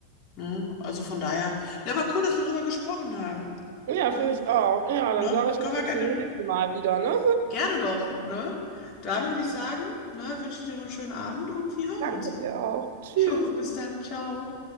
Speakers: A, on the left (about 45°); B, on the right (about 70°).
A: Ne? Also von daher, ja, aber cool, dass wir drüber gesprochen haben.
B: Ja,
A: Ne?
B: finde ich auch. Ja, dann
A: Ne?
B: sage ich
A: Können
B: mal bis
A: wir gerne,
B: zum nächsten Mal wieder, ne?
A: gerne doch, ne? Dann würde ich sagen, ne, wünsche ich dir noch einen schönen Abend und wir hören
B: Danke
A: uns.
B: dir auch.
A: <laughs>
B: Tschüss.
A: Jo, bis dann, ciao.